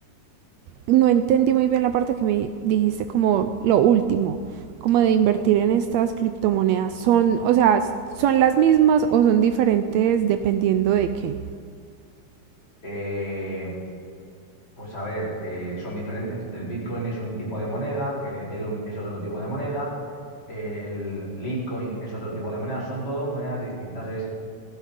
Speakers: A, on the right; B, on the left.
A: no entendí muy bien la parte que me dijiste como lo último, como de invertir en estas criptomonedas. Son, o sea, son las mismas o son diferentes dependiendo de qué.
B: Eh, Pues a ver, eh, son diferentes. El Bitcoin es un tipo de moneda, el Ethereum es otro tipo de moneda, el Litecoin es otro tipo de moneda, son todo monedas distintas. Es,